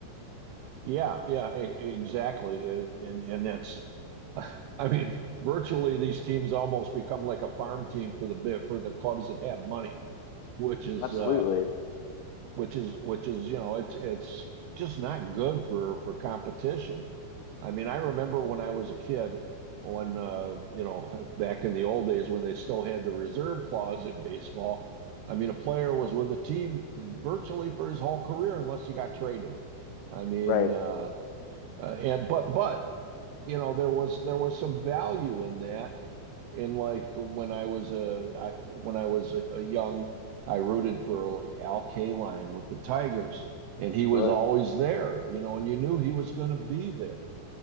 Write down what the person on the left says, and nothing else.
Absolutely
right.
Sure.